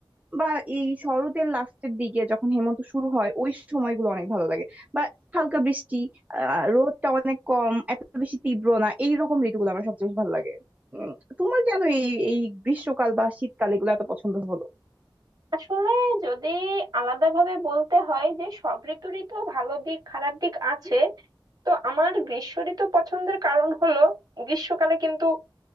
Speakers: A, on the right; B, on the right.
A: বা এই শরতের লাস্টের দিকে যখন হেমন্ত শুরু হয় ওই সময়গুলো অনেক ভালো লাগে বা হালকা বৃষ্টি আহ রোদটা অনেক কম এত বেশি তীব্র না এইরকম ঋতুগুলো আমার সবচেয়ে বেশি ভালো লাগে উম, তোমার কেন এই এই গ্রীষ্মকাল বা শীতকাল এগুলো এত পছন্দ হলো
B: আসলে যদি আলাদাভাবে বলতে হয় যে সব ঋতুরই তো ভালো দিক খারাপ দিক আছে তো আমার গ্রীষ্ম ঋতু পছন্দের কারণ হলো গ্রীষ্মকালে কিন্তু